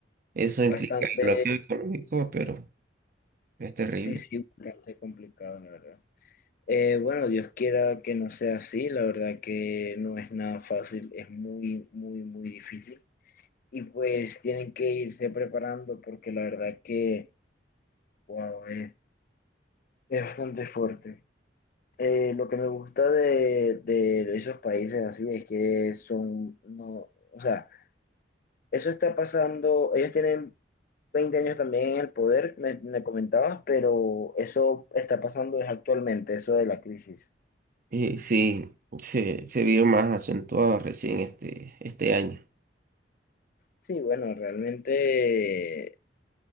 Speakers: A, on the right; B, on the left.
A: Eso implica
B: Bastante,
A: el bloqueo económico, pero es terrible.
B: sí, sí, bastante complicado, la verdad. Eh, bueno, Dios quiera que no sea así, la verdad que no es nada fácil, es muy, muy, muy difícil. Y pues tienen que irse preparando porque la verdad que, wow, es, es bastante fuerte. Eh, lo que me gusta de, de esos países así es que son, no, o sea, eso está pasando, ellos tienen 20 años también en el poder, me, me comentabas, pero eso está pasando es actualmente, eso de la crisis.
A: Y sí, se, se vio más acentuado recién este, este año.
B: Sí, bueno, realmente